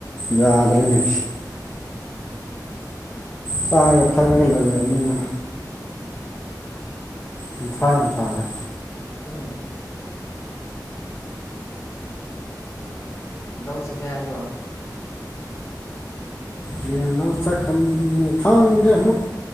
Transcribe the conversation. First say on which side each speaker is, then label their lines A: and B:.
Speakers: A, on the left; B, on the left.
A: ꯌꯥꯗ꯭ꯔꯦꯅꯦ
B: ꯎꯝ
A: ꯆꯥꯔꯒ ꯊꯛꯂꯒ ꯂꯩꯔꯝꯅꯤꯅ ꯃꯊꯥ ꯌꯥꯝ ꯁꯥꯥꯔꯦ
B: ꯗꯨꯅꯩ ꯂꯧ ꯆꯠꯀꯦ ꯍꯥꯏꯕ꯭ꯔꯣ
A: ꯍꯌꯦꯡ ꯂꯧ ꯆꯠꯀꯅꯤ ꯈꯪꯗꯦ ꯃꯨꯛ